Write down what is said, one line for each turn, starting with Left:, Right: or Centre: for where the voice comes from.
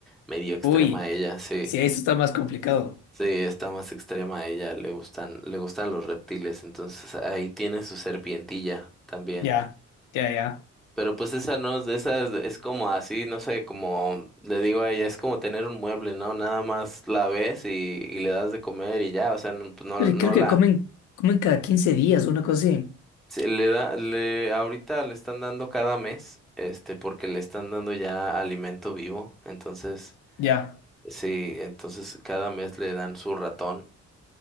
Centre: medio extrema
Left: Uy,
Centre: ella, sí.
Left: sí, eso está más complicado.
Centre: Sí, está más extrema ella, le gustan, le gustan los reptiles, entonces ahí tiene su serpientilla también.
Left: Ya, ya, ya.
Centre: Pero pues esa no, esa es, es como así, no sé, como le digo a ella, es como tener un mueble, ¿no? Nada más la ves y, y le das de comer y ya, o sea, no, pues, no,
Left: Pero
Centre: no
Left: creo que
Centre: la,
Left: comen, comen cada 15 días, una cosa así.
Centre: se le da, le, ahorita le están dando cada mes, este, porque le están dando ya alimento vivo, entonces,
Left: Ya,
Centre: sí, entonces cada mes le dan su ratón,